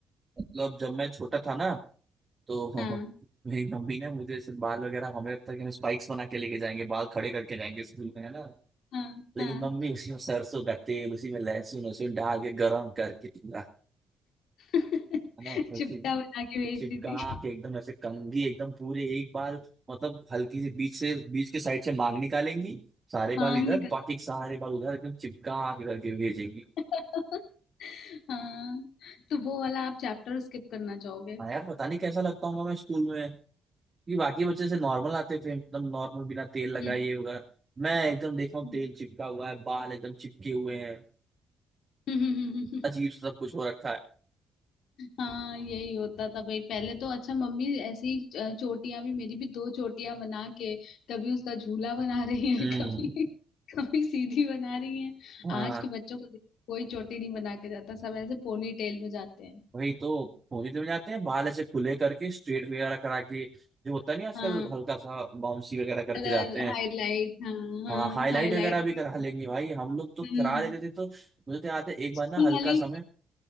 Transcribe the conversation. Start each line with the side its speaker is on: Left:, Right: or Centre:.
Right: मतलब जब मैं छोटा था ना तो
Left: हाँ
Right: <laughs> मेरी मम्मी ने मुझे ऐसे बाल वगैरह हमें लगता है कि हम स्पाइक्स बना के लेके जाएंगे बाल खड़े करके जाएंगे स्कूल में है ना
Left: हाँ
Right: लेकिन
Left: हाँ
Right: मम्मी उसी में सरसों का तेल उसी में लहसुन वहसुन डाल के गरम करके पूरा
Left: <laughs> चिपटा
Right: है ना उसी में
Left: बना के भेजती
Right: चिपका
Left: थी
Right: के एकदम ऐसे कंघी एकदम पूरे एक बाल मतलब हल्की सी बीच से बीच के साइड से मांग निकालेंगी सारे
Left: मांग
Right: बाल इधर बाकी के सारे बाल उधर एकदम चिपका के करके भेजेंगी
Left: <laughs> हाँ तो वो वाला आप चैप्टर स्किप करना चाहोगे
Right: हाँ यार पता नहीं कैसा लगता हूँ मैं स्कूल में कि बाकी बच्चे से नॉर्मल आते थे एकदम नॉर्मल बिना तेल लगाए
Left: हम्म
Right: ये वगैरह मैं एकदम देखा हूँ
Left: <laughs>
Right: तेल चिपका हुआ है बाल एकदम चिपके हुए हैं
Left: हम्म।
Right: अजीब सा सब कुछ हो रखा है
Left: हाँ यही होता था भाई पहले तो अच्छा मम्मी ऐसे ही अ, चोटियां भी मेरी भी दो चोटियां बना के कभी उसका झूला बना रही है
Right: हम्म
Left: <laughs> कभी कभी सीधी बना रही है
Right: हाँ
Left: आज के बच्चों को देखो, कोई चोटी नहीं बना के जाता सब ऐसे पोनी टेल में जाते हैं
Right: वही तो पोनीटेल में जाते हैं बाल ऐसे खुले करके स्ट्रेट वगैरह करा के जो होता नहीं आजकल
Left: हाँ
Right: हल्का सा बाउंसी वगैरह करके
Left: कलर
Right: जाते हैं
Left: हाईलाइट हाँ हाँ
Right: हाँ हाईलाइट
Left: हाईलाइट
Right: वगैरह भी
Left: भी
Right: करा लेंगे भाई हम लोग तो करा
Left: हम्म
Right: लेते थे तो मुझे तो याद है एक बार
Left: स्कूल
Right: ना हल्का
Left: वाली
Right: सा मैं